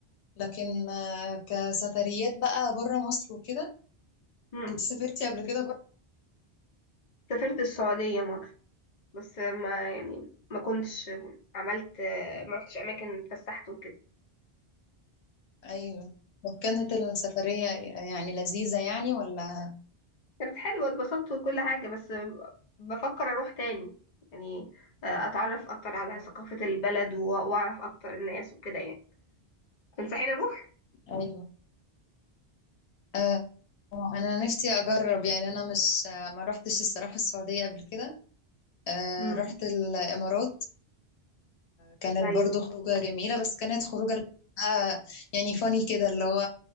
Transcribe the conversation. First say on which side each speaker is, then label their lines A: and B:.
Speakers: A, on the left (about 85°); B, on the left (about 45°).
A: لكن آه، كسفريات بقى بره مصر وكده
B: مم.
A: انت سافرتي قبل كده
B: سافرت السعوديه مره بس ما يعني ما كنتش عملت ما رحتش اماكن اتفسحت وكده
A: ايوه وكانت السفرية يعني لذيذة يعني ولا
B: كانت حلوة اتبسطت وكل حاجة بس بفكر أروح تاني يعني آه، أتعرف أكتر على
A: ايوه
B: ثقافة البلد و- وأعرف أكتر الناس وكده يعني تنصحيني أروح؟
A: ايوه آه انا نفسي اجرب يعني انا مش آه، ما رحتش الصراحة السعودية قبل كده آه
B: مم.
A: رحت الامارات كانت
B: أيوة
A: برضو خروجة جميلة بس كانت خروجة آه يعني فاني كده اللي هو